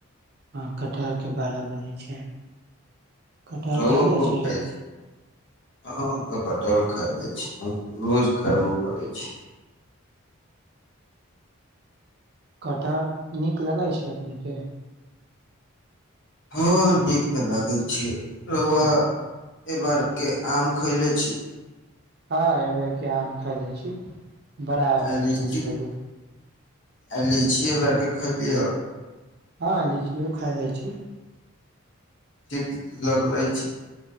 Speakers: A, on the right; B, on the left.
A: हँ, कटहरके बाड़ा बनै छै। कटहर
B: रवओ
A: खैले
B: खूब
A: छी
B: खइ छै हँ तऽ कटहर खाय दै छै। रोज खइबो करी छै।
A: कटहर नीक लगै छै ओखनी के।
B: हँ, नीक तऽ लागै छै, रउवा ए बार के आम खैले छी।
A: हँ, एहि बेर क आम खले छी। बड़ा
B: आ
A: मीठा
B: लीची
A: लगी
B: आ लीची ईबर के खलियौ।
A: हँ, लीचियो खााय ले छी।
B: ठीक लगलै छै।